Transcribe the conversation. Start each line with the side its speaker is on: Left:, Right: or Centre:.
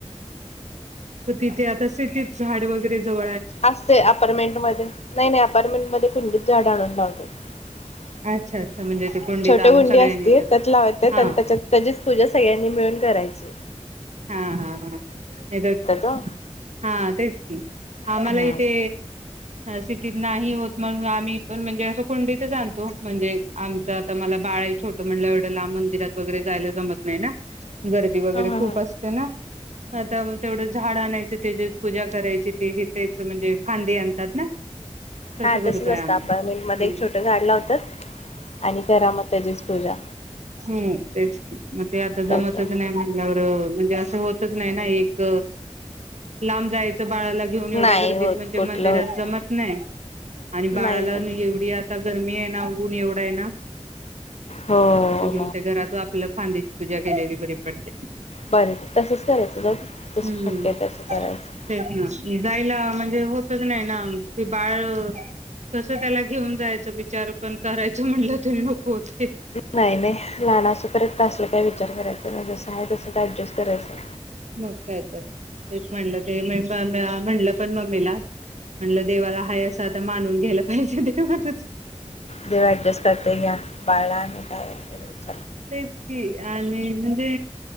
Right: पण तिथे आता सिटीत झाड वगैरे जव
Left: असते. अपार्टमेंट मध्ये नाही नाही. अपार्टमेंट मध्ये कुंडीत झाड आणून लाव <unintelligible>
Right: अच्छा अच्छा म्हणजे ते कोंडीत
Left: छोट
Right: आणून
Left: कुंडी
Right: सगळ्यांनी
Left: असती
Right: एकत्र
Left: त्यात लावत्यात
Right: हा
Left: आणि त्याच्यात त्याचीच पूजा सगळ्यांनी मिळून करायचे.
Right: हा-हा-हा नाही तर,
Left: ओ
Right: हा तेच की आ
Left: हा
Right: मला इथे सिटीत नाही होत. मग आम्ही पण म्हणजे असं कोंडीथ जातो. म्हणजे आमचं आता मला बाळ ये छोटं, म्हणलं एवढं लांब मंदिरात वगैरे जायला जमत नाही ना गर्दी वगैरे
Left: हा हा
Right: खूप ना. आता तेवढं झाड आणायचं, तेजिच पूजा करायची ते हेच तेच म्हणजे फांदी आणतात ना? तसं
Left: हा तसच
Right: करतोय
Left: असतं
Right: आम्ही
Left: अपार्टमेंट मध्ये एक छोटं झाड लावतात आणि करा मग त्याचीच पूजा
Right: ह तेच की मग ते आता जमतच
Left: तसं
Right: नाही म्हणल्यावर म्हणजे अस अस होतच नाही ना एक लांब जायच बाळाला घेऊन एवढ्या
Left: नाही
Right: गर्दीत
Left: होत
Right: म्हणजे
Left: कुठलं
Right: मंदिरात
Left: होत
Right: जमत नाही आणि
Left: नाही
Right: बाळाला
Left: होत
Right: एवढी आता गरमी आहे ना ऊन एवढ आहे ना
Left: हो ओ
Right: तुमच्या घरातून आपल्या फांदीची पूजा केलेली बरी बरी पडते.
Left: बर तसंच करायचं जा तस
Right: हम्म
Left: शक्य तसं करायचं
Right: तेच ना जायला म्हणजे होतच नाही ना ते बाळ कस त्याला घेऊन जायचं विचार पण करायचं म्हणलं तर नको होते
Left: नाही नाही लहना असेपर्यंत असलं काय विचार करायचं ना जसं आहे तसं ऍडजस्ट करायचं
Right: मग काय तर तेच म्हणलं ते मी म्हणलं पण मम्मीला म्हणलं देवाला हाय आस आता मानून घ्यायला पाहिजे तेवातच
Left: देव ऍडजस्ट करतोय घ्या बाळ लहान आहे काय करायचं
Right: तेच की, ते आणि म्हणजे